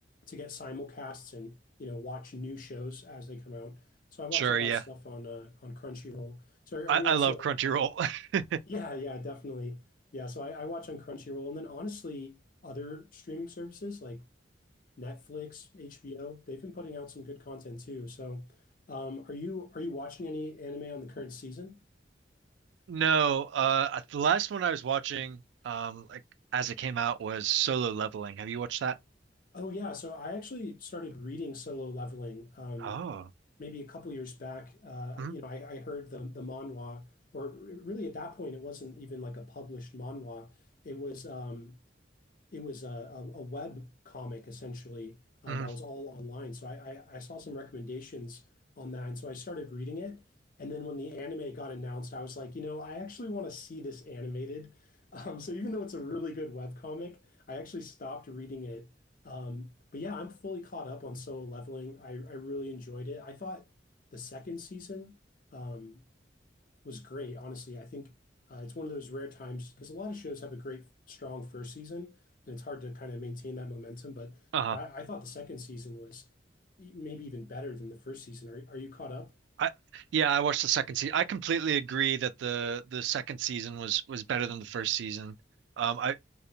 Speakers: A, on the left (about 50°); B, on the right (about 75°).
A: to get simulcasts and you know, watch new shows as they come out. So I watch
B: sure,
A: a lot
B: yeah.
A: of stuff on uh, on Crunchyroll. So are
B: I,
A: are you
B: I
A: also?
B: love Crunchyroll. <laughs>
A: Yeah, yeah, definitely. Yeah, so I, I watch on Crunchyroll, and then honestly, other streaming services like Netflix, HBO, they've been putting out some good content too. So, um, are you are you watching any anime on the current season?
B: No, uh, the last one I was watching, um, like as it came out, was Solo Leveling. Have you watched that?
A: Oh yeah, so I actually started reading Solo Leveling um,
B: Oh,
A: maybe a couple years back. Uh,
B: mm,
A: you know, I, I heard the the manhwa, or r- really at that point, it wasn't even like a published manhwa. It was um, it was a, a web comic essentially um,
B: mm,
A: that was all online. So I, I I saw some recommendations on that, and so I started reading it. And then when the anime got announced, I was like, you know, I actually want to see this animated. <laughs> Um, so even though it's a really good web comic, I actually stopped reading it. Um, but yeah, I'm fully caught up on Solo Leveling. I I really enjoyed it. I thought the second season. Um, was great, honestly. I think uh, it's one of those rare times because a lot of shows have a great, strong first season, and it's hard to kind of maintain that momentum. But
B: uh-huh.
A: but I, I thought the second season was e, maybe even better than the first season. Are, are you caught up?
B: I yeah, I watched the second season. I completely agree that the the second season was was better than the first season. Um, I